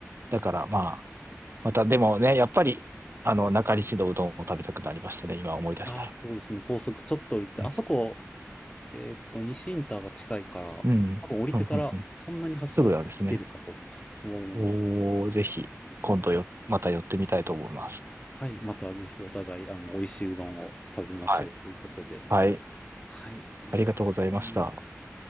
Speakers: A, on the right; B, on the left.
A: だからまあまたでもね、やっぱり、あの、中西のうどんを食べたくなりましたね。今思い出したら。
B: ああ、そうですね。高速ちょっと降りて、
A: うん。
B: あそこ、えーっと、西インターが近いから、多分降りてからそんなに走らず行けるかと思うので、
A: うんうんうんうんすぐなんですね。おー、ぜひ、今度よ、
B: はい。
A: また寄ってみたいと思います。
B: はい。またぜひお互い、あの、美味しいうどんを食べましょうということで。
A: はい。はい。
B: はい。ありがとう
A: ありがとうございました。
B: ございます。